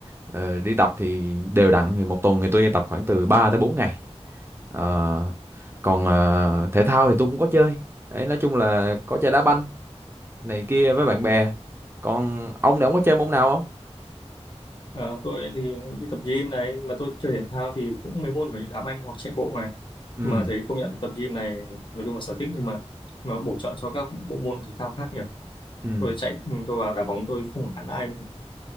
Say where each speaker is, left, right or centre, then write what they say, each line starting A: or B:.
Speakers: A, on the right; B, on the left.
A: Ờ, đi tập thì đều đặn thì một tuần thì tôi tập khoảng từ ba tới bốn ngày Ờ, còn ờ, thể thao thì tôi cũng có chơi đấy nói chung là có chơi đá banh này kia với
B: Ừ.
A: bạn bè còn ông này ông có chơi môn nào không
B: Ờ, tôi thì đi tập gym này nhưng mà tôi chơi thể thao thì cũng mấy môn kiểu như đá banh hoặc chạy bộ này
A: Ừ,
B: mà thấy công nhận là tập gym này nói chung là sở thích nhưng mà nó bổ trợ cho các bộ môn thể thao khác nhỉ
A: ừ,
B: tôi chạy ừ, tôi vào đá bóng tôi không hẳn ai luôn